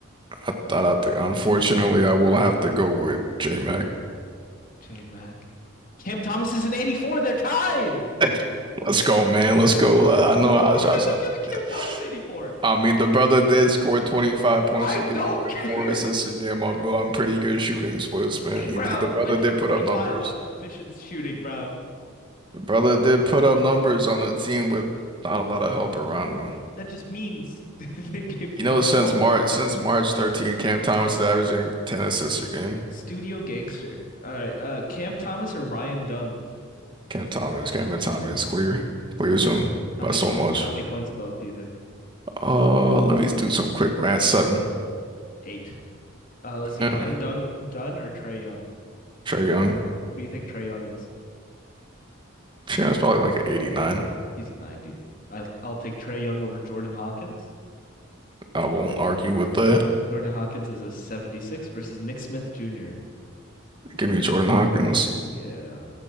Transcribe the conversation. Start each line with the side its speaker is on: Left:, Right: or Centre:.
Right: I thought I think unfortunately I will have to go with J Mac.
Left: J Mac. Cam Thomas is an 84. They're tied. <laughs>
Right: <laughs> Let's go, man. Let's go. I I know
Left: Oh,
Right: I,
Left: Why
Right: I,
Left: are
Right: I,
Left: they giving Cam
Right: yeah.
Left: Thomas 84?
Right: I mean the brother did score 25 points
Left: I
Right: a game
Left: don't
Right: and
Left: care.
Right: four assists a game on, on pretty good shooting splits,
Left: <laughs>
Right: man.
Left: D Brown
Right: He, did- the brother
Left: went
Right: did
Left: for 25
Right: put up numbers.
Left: on efficient shooting, bro.
Right: The brother did put up numbers on a team with not a lot of help around him.
Left: That just means <laughs> they gave him
Right: You know,
Left: the ball.
Right: since March since March thirteenth, Cam Thomas is averaging 10 assists a game.
Left: Studio gangster. All right. Uh, Cam Thomas or Ryan Dunn?
Right: Cam Thomas, Cameron Thomas clear clears
Left: All
Right: him
Left: right. How
Right: by
Left: many
Right: so
Left: points?
Right: much.
Left: How many points above do you think?
Right: Uh, let me do some quick math. Seven.
Left: Eight. Uh, let's see,
Right: Yeah.
Left: Ryan Dung Dunn or Trey Young?
Right: Trae Young.
Left: What do you think Trey Young is?
Right: Trae Young's probably like an 89.
Left: He's a 90. I'll, I'll take Trey Young over Jordan Hawkins.
Right: I won't argue with that.
Left: Jordan Hawkins is a 76 versus Nick Smith Jr.
Right: Give me Jordan Hawkins.
Left: Yeah.